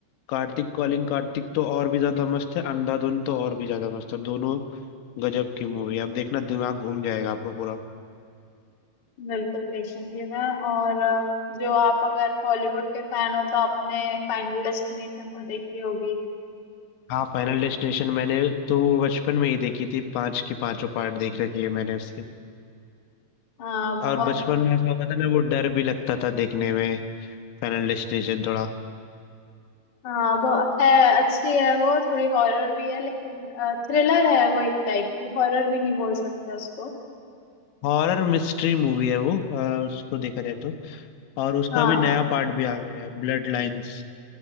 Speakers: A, on the left; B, on the left.
A: कार्तिक कॉलिंग कार्तिक तो और भी ज्यादा मस्त है अंधाधुन तो और भी ज्यादा मस्त है दोनों गजब की मूवी आप देखना दिमाग घूम जाएगा आपका पूरा
B: बिल्कुल देखेंगी मैं और अ, जो आप अगर हॉलीवुड के फैन हो तो आपने फाइनल डेस्टिनेशन तो देखी होगी
A: हाँ फाइनल डेस्टिनेशन मैंने तो वो बचपन में ही देखी थी पांच की पांचों पार्ट देख रखी है मैंने उसके
B: हाँ बहुत
A: और बचपन में ऐसा होता था ना वो डर भी लगता था देखने में फाइनल डेस्टिनेशन थोड़ा
B: हाँ वो है अच्छी है वो थोड़ी हॉरर भी है लेकिन थ्रिलर है वो एक टाइप की हॉरर भी नहीं बोल सकते उसको
A: हॉरर मिस्ट्री मूवी है वो अ, उसको देखा जाए तो और उसका
B: हाँ
A: भी नया पार्ट भी आ गया है ब्लड लाइंस